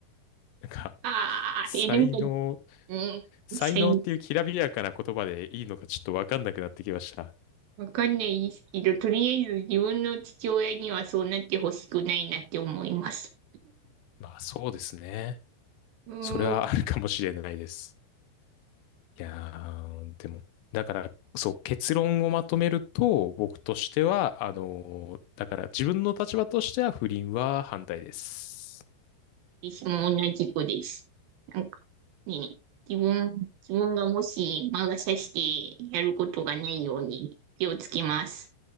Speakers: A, on the left; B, on the right.
A: なんか、
B: ああ、
A: 才能、
B: え、なんか、う
A: 才能っていうきらびやかな言葉でいいのかちょっとわかんなくなってきました。
B: ん、才能、わかんないですけど、とりあえず自分の父親にはそうなってほしくないなって思います。
A: まあそうですね。
B: うん、
A: それはあるかもしれないです。
B: うん、
A: いやー、でも、だから、そう、結論をまとめると、僕としては、あのーだから自分の立場としては不倫は反対です。
B: 私も同じ子です。なんかね、自分、自分がもし魔が差してやることがないように気をつけます。